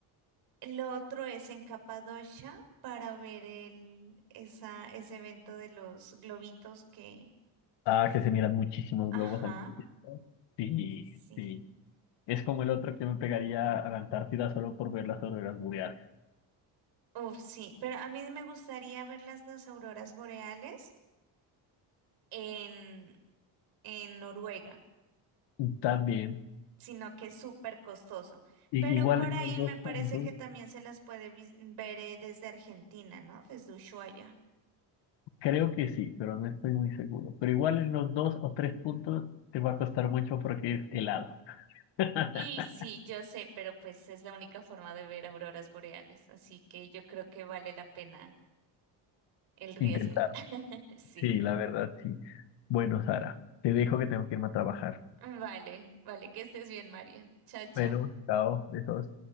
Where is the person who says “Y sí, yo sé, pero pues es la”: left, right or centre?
Right